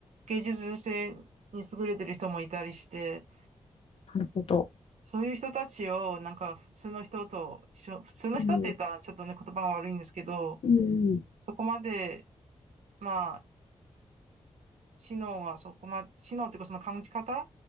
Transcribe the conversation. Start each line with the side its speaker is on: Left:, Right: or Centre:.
Right: 芸術性に優れてる人もいたりして、
Left: なるほど。
Right: そういう人たちをなんか普通の人と一緒、普通の人って言ったらちょっとね、
Left: うん、
Right: 言葉が悪いんですけど、
Left: うん、
Right: そこまで、まあ、知能はそこま、知能というかその感じ方、ま